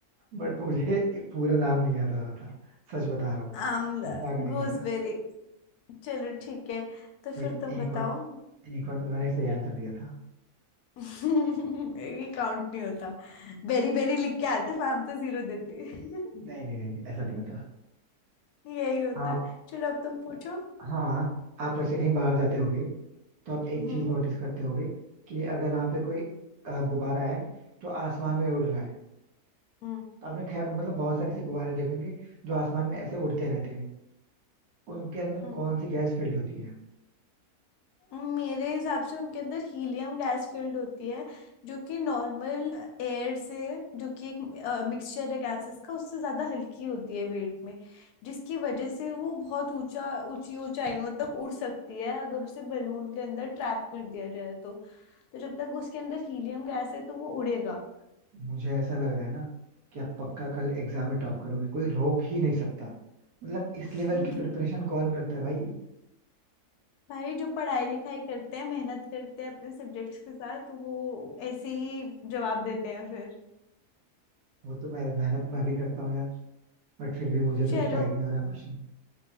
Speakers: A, on the right (about 75°); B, on the left (about 80°).
A: बट मुझे पूरा नाम नहीं याद आ रहा था सच बता रहा हूँ
B: आमला
A: मजाक नहीं
B: गूसबेरी
A: कर रहा
B: चलो ठीक है तो
A: भाई
B: फिर तुम
A: एक
B: बताओ
A: और एक बार तो मैंने सही आंसर दिया था
B: <laughs> ये काउंट नहीं होता बेरी बेरी लिख के आते मैम तो जीरो देती <laughs>
A: नहीं नहीं नहीं ऐसा नहीं होता
B: यही होता
A: आप
B: चलो अब तुम पूछो
A: हाँ आप वैसे कहीं बाहर जाते होगे तो आप एक
B: हम्म
A: चीज नोटिस करते होगे कि अगर वहां पे कोई अ, गुब्बारा है तो आसमान में उड़ रहा है
B: हम्म
A: तो आपने खैर मतलब बहुत सारे ऐसे गुब्बारे देखेंगे जो आसमान में ऐसे उड़ते रहते हैं उनके अंदर
B: हम्म
A: कौन सी गैस फील्ड होती है
B: मेरे हिसाब से उनके अंदर हीलियम गैस फील्ड होती है जो कि नॉर्मल एयर से जो कि एक मिक्सचर है गैसेस का उससे ज्यादा हल्की होती है वेट में जिसकी वजह से वो बहुत ऊंचा ऊंची ऊंचाइयों तक उड़ सकती है अगर उसे बलून के अंदर ट्रैप कर दिया जाए तो तो जब तक उसके अंदर हीलियम गैस है तो वो उड़ेगा
A: मुझे ऐसा लग रहा है ना कि आप पक्का कल एग्जाम में टॉप करोगे कोई रोक ही नहीं सकता मतलब इस
B: <laughs>
A: लेवल की प्रिपरेशन कौन करता है भाई
B: भाई जो पढ़ाई लिखाई करते हैं मेहनत करते हैं अपने सब्जेक्ट्स के साथ वो ऐसे ही जवाब देते हैं फिर
A: वो तो मैं मेहनत तो मैं भी करता हूँ यार बट फिर भी मुझे
B: चलो
A: तो स्ट्राइक नहीं हो रहा क्वेश्चन